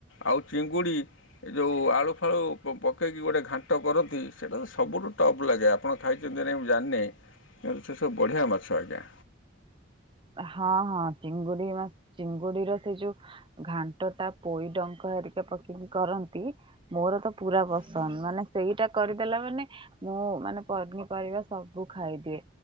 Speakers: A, on the left; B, on the right.
A: ଆଉ ଚିଙ୍ଗୁଡ଼ି। ଏ ଯୋଉ ଆଳୁ ଫାଳୁ ପକେଇକି ଗୋଟଏ ଘାଣ୍ଟ କରନ୍ତି। ସେଇଟା ତ ସବୁଠୁ ଟପ୍ ଲାଗେ ଆପଣ ଖାଇଛନ୍ତି ନା ନାହିଁ ମୁଁ ଜାଣିନି କିନ୍ତୁ ସେ ସବୁ ବଢ଼ିଆ ମାଛ ଆଜ୍ଞା।
B: ହଁ ହଁ ଚିଙ୍ଗୁଡି ମା ଚିଙ୍ଗୁଡିର ସେ ଯୋଉ। ଘାଣ୍ଟ ଟା ପୋଇ ଡଙ୍କ ଘରିକା ପକେଇକି କରନ୍ତି। ମୋର ତ ପୁରା ପସନ୍ଦ ମାନେ ସେଇଟା କରିଦେଲା ମାନେ। ମୁଁ ମାନେ ପନିପରିବା ସବୁ ଖାଇଦିଏ